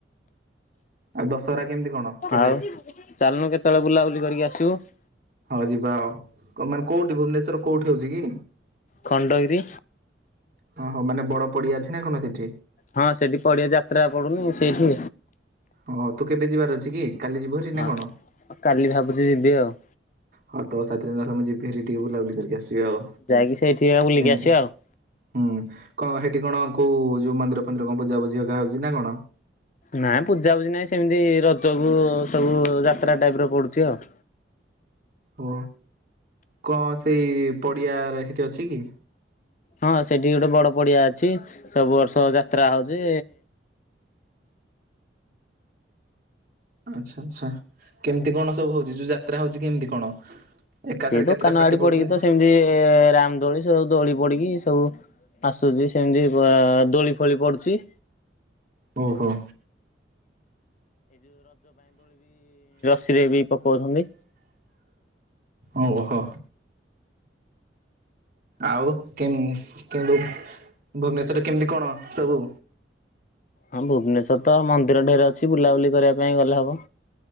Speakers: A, on the right; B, on the left.
A: ଆଉ ଦଶହରା କେମିତି କଣ କେବେ
B: ଆଉ ଚାଲନୁ କେତେବେଳେ ବୁଲାବୁଲି କରିକି ଆସିବୁ ।
A: ହଁ ଯିବା ଆଉ ମାନେ କୋଉଠି ଭୁବନେଶ୍ୱର କୋଉଠି ହଉଛି କି?
B: ଖଣ୍ଡଗିରି
A: ହଁ ହଉ ମାନେ ବଡ ପଡିଆ ଅଛି ନା କଣ ସେଠି?
B: ହଁ ସେଠି ପଡିଆ ଯାତ୍ରା ପଡୁନି ସେଠି
A: ଓ ତୁ କେବେ ଯିବାର ଅଛି କି? କାଲି ଯିବୁ ହେରି ନା
B: ହଁ
A: କଣ?
B: କାଲି ଭାବି ଯିବି ଆଉ
A: ହଁ ତୋ ସାଥିରେ ଧର ମୁଁ ଯିବି ଟିକେ ବୁଲାବୁଲିି କରିକି ଆସିବି ଆଉ
B: ଯାଇକି ସେଠି ବୁଲିକି
A: କେମିତି?
B: ଆସିବା ଆଉ
A: ହୁଁ କଣ ସେଠି କଣ କୋଉ ଯୋଉ ମନ୍ଦିର ଫନ୍ଦିର କଣ ପୂଜା ପୂଜୀ ହେରିକା ହଉଛି ନା କଣ?
B: ନାଇଁ ପୂଜାପୂଜି ନାଇଁ ସେମିତି ରଜକୁ ସବୁ ଯାତ୍ରା ଟାଇପ ର ପଡୁଛି ଆଉ।
A: ଓ କଣ ସେଇ ପଡିଆରେ ସେଇଠି ଅଛି କି?
B: ହଁ ସେଠି ଗୋଟେ ବଡ ପଡିଆ ଅଛି ସବୁ ବର୍ଷ ଯାତ୍ରା ହଉଛି।
A: ଆଚ୍ଛା ଆଛା କେମିତି କଣ ସବୁ ହଉଛି ଯୋଉ ଯାତ୍ରା ହଉଛି କେମତି କଣ? ଏକାଥରେ
B: ସେଇ ଦୋକାନ
A: କେତେଟା ପାର୍ଟି
B: ଆଡି
A: ପଡୁଛି?
B: ପଡିକି ତ ସେମିତି ରାମ ଦୋଳି ସବୁ ଦୋଳି। ପଡ଼ିକି ସବୁ। ଆସୁଛି ସେମିତି ବା ଦୋଳି ଫୋଳି ପଡୁଛି।
A: ଓହୋ
B: ସିରେ ବି ପକାଉଛନ୍ତି।
A: ଓହୋ ଆଉ କେମି କେମି ଭୁବନେଶ୍ଵରରେ କେମିତି କଣ ସବୁ?
B: ହଁ ଭୁବନେଶ୍ଵର ତ ମନ୍ଦିର ଢେର ଅଛି ବୁଲାବୁଲି କରିବା ପାଇଁ ଗଲେ ହବ।